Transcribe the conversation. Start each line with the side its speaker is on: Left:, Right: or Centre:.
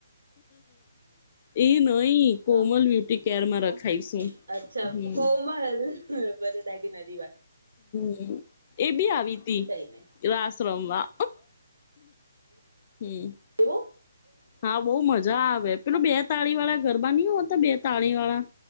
Left: એ નઈ કોમલ
Right: તો
Left: બ્યુટી કેરમાં
Right: તો
Left: રખાઈશે
Right: અચ્છા
Left: હમ
Right: કોમલ <unintelligible>
Left: હ એ ભી આવી તી
Right: કઈ નઈ
Left: રાસ રમવા હમ
Right: એવો
Left: હા બો મજા આવે પેલું બે તાળી વાળા ગરબા નઈ હોતા બે તાળી વાળા